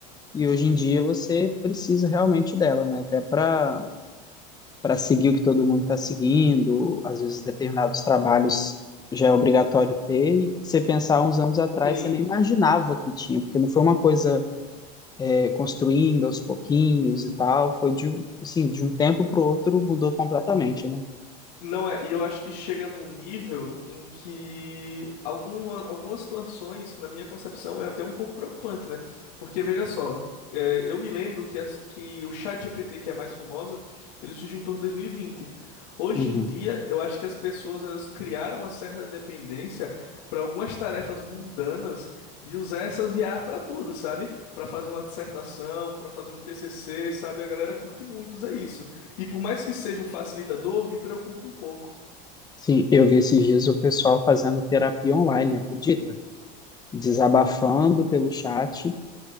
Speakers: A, on the left (about 20°); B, on the left (about 85°).
A: E hoje em dia você precisa realmente dela, né? Até para para seguir o que todo mundo está seguindo, às vezes determinados trabalhos já é obrigatório ter, e você pensar uns anos atrás,
B: sim.
A: você nem imaginava que tinha, porque não foi uma coisa é, construindo aos pouquinhos e tal, foi de, um- assim, de um tempo para o outro mudou completamente, né?
B: Não é, e eu acho que chega num nível em que alguma, algumas situações, na minha concepção, é até um pouco preocupante, né? Porque veja só, é, eu me lembro que, as- que o ChatGPT, que é a mais famosa, ele surgiu em torno de 2020. Hoje
A: Uhum.
B: em dia, eu acho que as pessoas elas criaram uma certa dependência para algumas tarefas mundanas de usar essas IA para tudo, sabe? Para fazer uma dissertação, para fazer um TCC, sabe? A galera curte muito, é isso. E por mais que seja um facilitador, me preocupa um pouco.
A: Sim, eu vi esses dias o pessoal fazendo terapia online, acredita? Desabafando pelo chat